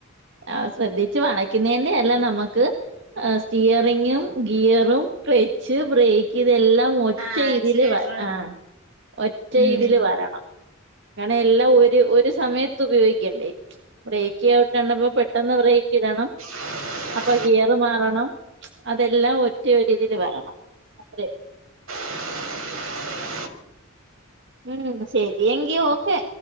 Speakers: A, on the right; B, on the right.
A: ആ ശ്രദ്ധിച്ച് വളക്കുന്നെന്റ അല്ല നമ്മുക്ക് സ്റ്റിയറിങ്ങും ഗിയറും- കെളച്ച് ബ്രേയ്ക്ക് ഇതെല്ലാം ഒറ്റ
B: ആഹ് ആക്സിലേറ്റർ
A: ഇതില് വ ആ ഒറ്റ
B: ഉം
A: ഇതില് വരണം കാരണം എല്ലാം ഒരു ഒരു സമയത്ത് ഉപയോഗിക്കണ്ടേ ബ്രേക്ക് ചവുട്ടേണ്ടപ്പോ പെട്ടന്ന് ബ്രേക്ക്‌ - ക്കടനം
B: <inaudible>
A: അപ്പൊ ഗിയർ മാറണം അതെല്ലാം ഒറ്റ രീതിൽ വരണം അത്രയള്ള
B: <inaudible>
A: ഉം ശരി എങ്കി ഓക്കെ